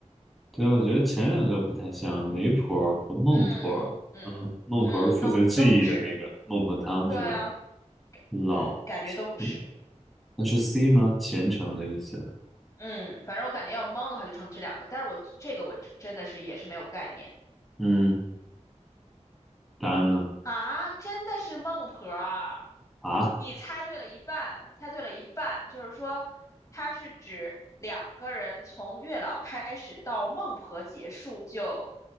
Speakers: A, in the centre; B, on the left.
A: 对，我觉得前两个不太像，媒婆和孟婆。
B: 嗯嗯嗯，
A: 嗯，孟婆是负责记忆的那个孟婆汤是吧？
B: 都都不是。对啊，
A: 老
B: 嗯，感觉都不是。
A: 钱，那是 C 吗？虔诚的意思。
B: 嗯，反正我感觉要蒙的话就成这两个，但是我这个我真的是也是没有概念
A: 嗯，答案呢？
B: 啊，真的是孟婆儿。
A: 啊，
B: 你猜对了一半，猜对了一半，就是说，它是指两个人从月老开始到孟婆结束，就